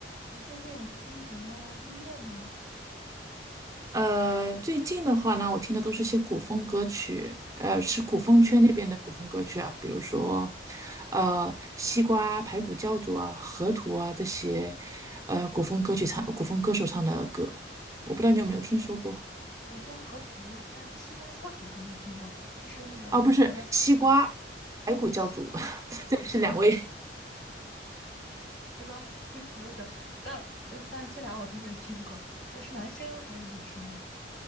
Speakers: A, on the left; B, on the right.
A: 你最近有听什么音乐吗？
B: 呃，最近的话呢，我听的都是些古风歌曲，呃，是古风圈那边的古风歌曲啊，
A: 嗯
B: 比如说，
A: 嗯
B: 呃，西瓜、排骨教主啊、河图啊这些，呃，古风歌曲唱，古风歌手唱的歌，我不知道你有没有听说过
A: 嗯，我知道河图，但是西瓜教主我没听过，那是那个比较新的吗？
B: 啊？不是西瓜、排骨教主，
A: 哦，叫西瓜，
B: <laughs> 这是两位
A: 西瓜，<laughs> 西瓜教主但呃但是这俩我都没听过。那是男生还是女生啊？